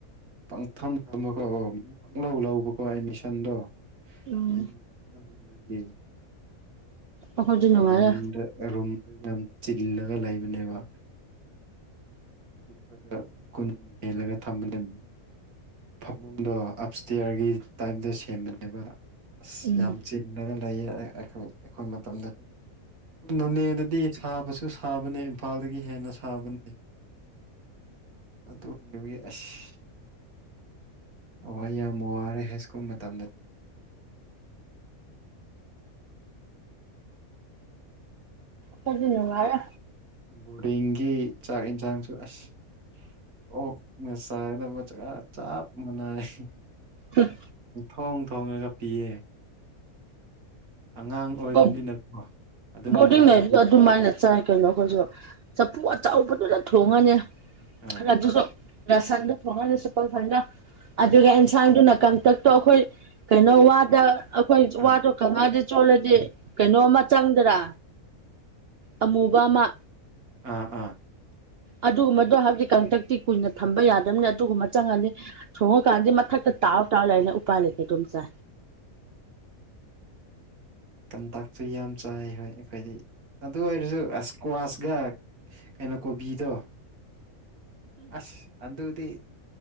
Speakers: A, on the right; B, on the right.
A: ꯄꯪꯊꯝ ꯊꯝꯕꯀꯣ ꯑꯣ ꯄꯪ ꯂꯧꯧ ꯂꯧꯕꯀꯣ ꯑꯦꯠꯃꯤꯁꯟꯗꯣ
B: ꯎꯝ
A: ꯃꯤꯔ
B: ꯑꯩꯈꯣꯏꯗꯤ ꯅꯨꯡꯉꯥꯏꯔꯦ
A: ꯔꯨꯝꯗꯩꯅꯝ ꯆꯤꯜꯂꯒ ꯂꯩꯕꯅꯦꯕ ꯤꯄꯗ ꯀꯨꯟ ꯍꯦꯜꯂꯒ ꯊꯝꯕꯅꯦ ꯐꯃꯨꯡꯗꯣ ꯑꯞ ꯏꯁꯇꯤꯌꯥꯔꯒꯤ ꯇꯥꯏꯞꯇ ꯁꯦꯝꯃꯅꯦꯕ ꯑ
B: ꯎꯝ
A: ꯌꯥꯝ ꯆꯤꯉꯒ ꯂꯩꯌꯦ ꯑꯩꯈꯣꯏ ꯃꯇꯝꯗꯗꯤ ꯅꯣꯅꯦꯗꯗꯤ ꯁꯥꯕꯁꯨ ꯁꯥꯕꯅꯦ ꯏꯝꯐꯥꯜꯗꯒꯤ ꯍꯦꯟꯅ ꯁꯥꯕꯅꯤ ꯑꯗꯨ ꯅꯨ ꯑꯁ ꯑꯣ ꯑꯩ ꯌꯥꯝ ꯋꯥꯔꯦ ꯍꯥꯏ ꯁ꯭ꯀꯨꯜ ꯃꯇꯝꯗꯗꯤ
B: ꯀꯅꯉ
A: ꯕꯣꯔꯗꯤꯡꯒꯤ ꯆꯥꯛ ꯌꯦꯟꯁꯥꯡꯁꯨ ꯑꯁ ꯑꯣ ꯃꯁ ꯃ ꯆꯥꯞ ꯃꯅꯥꯏ
B: ꯎꯝ
A: ꯊꯣꯡ ꯊꯣꯡꯉꯒ ꯄꯤꯌꯦ ꯑꯉꯥꯡ ꯑꯣꯏꯕꯅꯤꯅꯀꯣ
B: ꯑꯩꯣꯏ
A: ꯑꯗꯨ
B: ꯕꯣꯔꯗꯤꯡ
A: ꯃꯇꯝꯗꯗꯤ
B: ꯂꯩꯔꯁꯨ ꯑꯗꯨꯃꯥꯏꯅ ꯆꯥꯏ ꯀꯩꯅꯣ ꯑꯩꯈꯣꯏꯁꯨ ꯆꯐꯨ ꯑꯆꯕꯗꯨꯗ ꯊꯣꯡꯉꯅꯤ
A: ꯑꯥ
B: ꯑꯗꯨꯁꯨ ꯂꯁꯟꯗ ꯊꯣ ꯁꯄꯜ ꯐꯟꯖꯥ ꯑꯗꯨꯒ ꯑꯦꯟꯁꯥꯡꯗꯨꯅ ꯀꯥꯡꯇꯛꯇꯣ ꯑꯩꯈꯣꯏ ꯀꯩꯅꯣ ꯋꯥꯗ ꯑꯩꯈꯣꯏ ꯋꯥꯗꯣꯗꯤꯦ
A: ꯑꯥ
B: ꯆꯣꯂ ꯀꯩꯅꯣ ꯑꯃ ꯆꯪꯗꯔꯥ ꯑꯃꯨꯕ ꯑꯃ
A: ꯑꯥ ꯑꯥ
B: ꯑꯗꯨꯒꯨꯝꯕꯗꯣ ꯍꯥꯏꯕꯗꯤ ꯀꯥꯡꯇꯛꯇꯤ ꯀꯨꯏꯅ ꯊꯝꯕ ꯌꯥꯗꯕꯅꯤ ꯑꯗꯨꯒꯨꯝꯕ ꯆꯪꯉꯅꯤ ꯊꯣꯡ ꯀꯥꯟꯦ ꯃꯊꯛ ꯇꯥꯎ ꯇꯥꯎ ꯂꯩꯅ ꯎꯄꯥꯥꯏ ꯂꯩꯇꯦ ꯇꯨꯝꯆꯥ
A: ꯇꯟꯇꯥꯛꯁꯨ ꯌꯥꯝ ꯆꯥꯏ ꯍꯣꯏ ꯑꯩꯈꯣꯏꯗꯤ ꯑꯗꯨ ꯑꯣꯏꯔꯁꯨ ꯑꯁꯀ꯭ꯋꯥꯁꯒ ꯀꯩꯅꯣ ꯀꯣꯕꯤꯗꯣ ꯑꯁ ꯑꯗ ꯎꯗꯤ